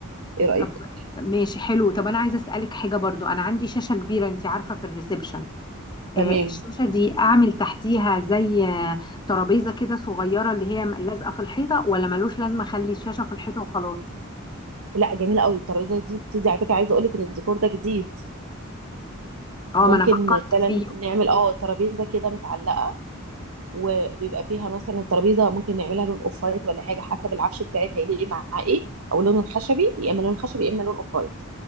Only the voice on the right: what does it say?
ايه رايك
تمام
لا جميله قوي الترابيزه دي بتدي على فكره عايزه اقول لك ان الديكور ده جديد
ممكن
فعلا
نعمل اه ترابيزه كده متعلقه وبيبقى فيها مثلا الترابيزه ممكن نعملها لون اوف وايت ولا حاجه حسب العفش بتاعك هيليق مع ايه او لون الخشبي يا اما لون خشبي يا اما لون اوف وايت